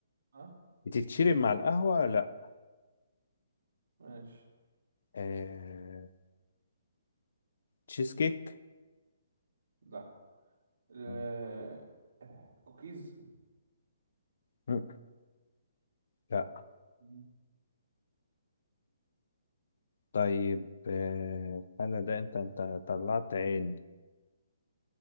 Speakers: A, on the right; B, on the left.
A: اه
B: بتتشرب مع القهوة لا
A: ماشي
B: إيه. تشيز كيك
A: لا ال-
B: مم.
A: كوكيز
B: <laughs> لا
A: مم.
B: طيب آه، الحالة ده انت انت طلعت عيني